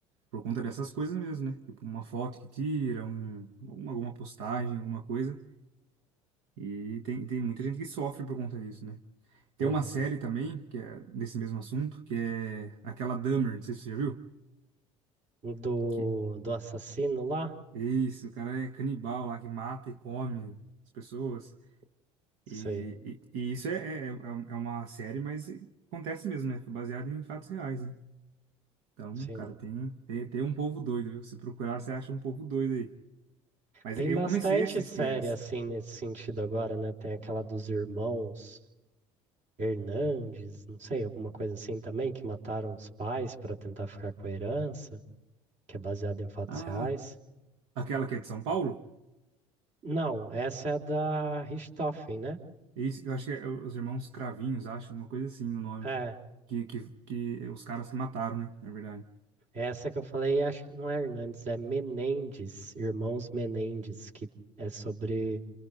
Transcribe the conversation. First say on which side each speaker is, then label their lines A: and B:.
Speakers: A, on the right; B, on the right.
A: por conta dessas coisas mesmo, né? Tipo, uma foto que tira, um, alguma alguma postagem, alguma coisa. E tem, tem muita gente que sofre por conta disso, né? Tem
B: Uhum.
A: uma série também, que é desse mesmo assunto, que é aquela Dahmer, não sei se você já viu.
B: Do,
A: Que,
B: do assassino lá?
A: isso, o cara é canibal lá, que mata e come as pessoas.
B: Sei,
A: E, e, e isso é, é, é um- é uma série, mas acontece mesmo, né? Foi baseado em fatos reais, né? Então,
B: sim.
A: cara, tem, tem, tem um povo doido, viu? Se procurar, você acha um povo doido aí. Mas
B: Tem
A: eu
B: bastante
A: comecei a assistir
B: série,
A: essa.
B: assim, nesse sentido agora, né? Tem aquela dos irmãos Hernandes, não sei, alguma coisa assim também, que mataram os pais para tentar ficar com a herança. que é baseada em fatos
A: Ah,
B: reais.
A: aquela que é de São Paulo?
B: Não, essa é da Richthofen, né?
A: Isso, eu acho que é é os Irmãos Cravinhos, acho, uma coisa assim o nome.
B: É,
A: Que, que, que é os caras que mataram, né? Na verdade.
B: essa que eu falei, acho que não é Hernandes, é Menendez, Irmãos Menendez, que é sobre